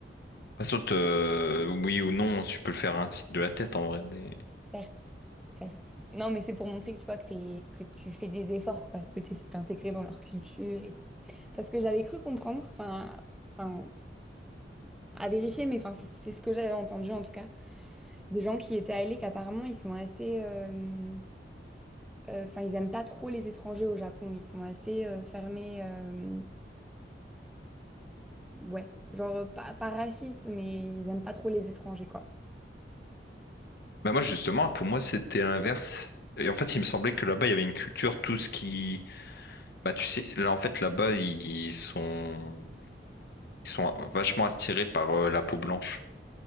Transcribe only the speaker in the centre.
Certes, certes. Non, mais c'est pour montrer que tu vois que, t'es- que tu fais des efforts, quoi, que tu essaies de t'intégrer dans leur culture et tout. Parce que j'avais cru comprendre, enfin, enfin, à vérifier, mais enfin, c'est c'est ce que j'avais entendu en tout cas, des gens qui étaient allés, qu'apparemment ils sont assez, euh, euh, enfin, ils aiment pas trop les étrangers au Japon, ils sont assez euh, fermés, euh, ouais, genre euh, pas, pas racistes, mais ils aiment pas trop les étrangers, quoi.